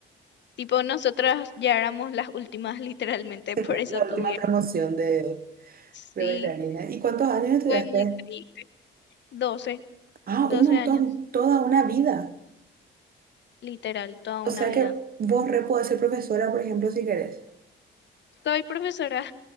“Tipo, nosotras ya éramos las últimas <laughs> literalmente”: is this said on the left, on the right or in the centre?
Left